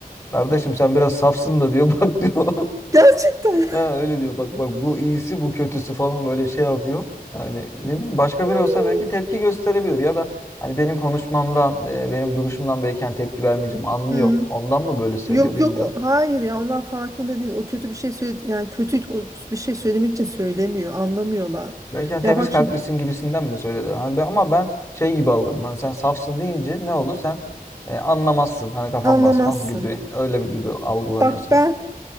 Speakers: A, on the left; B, on the right.
A: Kardeşim sen biraz safsın da diyor. <laughs> Bak diyor.
B: Gerçekten.
A: Ha, öyle diyor. Bak bak bu iyisi bu kötüsü falan böyle şey yapıyor. Yani ne bileyim başka biri
B: <laughs>
A: olsa belki tepki gösterebilir ya da hani benim konuşmamdan, e, benim duruşumdan belki hani tepki vermeyeceğim anlıyor.
B: Hı.
A: Ondan mı böyle söylüyor
B: Yok
A: bilmiyorum.
B: yok o- hayır ya onlar farkında değil. O kötü bir şey söyledi yani kötü o- bir şey söylemek için söylemiyor. Anlamıyorlar.
A: Belki hani
B: Ya
A: temiz
B: bak
A: kalplisin
B: şimdi
A: gibisinden mi söyledi? Hani ben- ama ben şey gibi algıladım. Hani sen safsın deyince ne olur sen e, anlamazsın. Hani kafan
B: anlamazsın.
A: basmaz gibi öyle bir gibi algılanıyorsun.
B: Bak ben